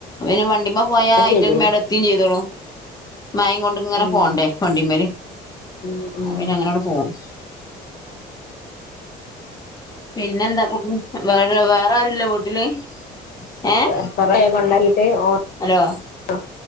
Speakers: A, on the left; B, on the left.
A: കേട് വണ്ടിമ്മ പോയ
B: അത്
A: ആയിറ്റക്കെ
B: ശെരിയാ
A: വേം എത്തിയും ചെയ്തോളൂ. മായം കൊണ്ട ഇങ്ങനെ
B: ഉം
A: പോണ്ടേ വണ്ടിമാേല്
B: ഉം ഉം
A: അവന അങ്ങനെ പോവും പിന്നെ എന്താ? ക്ക വേ വേറെ ആരുല്ല വീട്ടില്? ഏഹ്
B: കൊ കുറെ കൊണ്ടാക്കീട്ട് ഓൻ
A: ഹലോ
B: ആഹ്